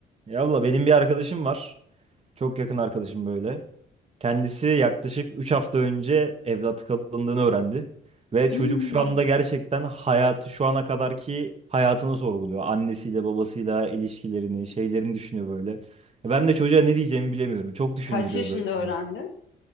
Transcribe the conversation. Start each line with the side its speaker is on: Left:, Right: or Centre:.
Right: Ya abla benim bir arkadaşım var. Çok yakın arkadaşım böyle. Kendisi yaklaşık 3 hafta önce evlat kalındığını öğrendi. Ve
Left: Hmm.
Right: çocuk şu anda gerçekten hayatı şu ana kadarki hayatını sorguluyor. Annesiyle babasıyla ilişkilerini, şeylerini düşünüyor böyle. Ben de çocuğa ne diyeceğimi bilemiyorum. Çok düşündürüyor
Left: Kaç yaşında
Right: böyle. yani.
Left: öğrendi?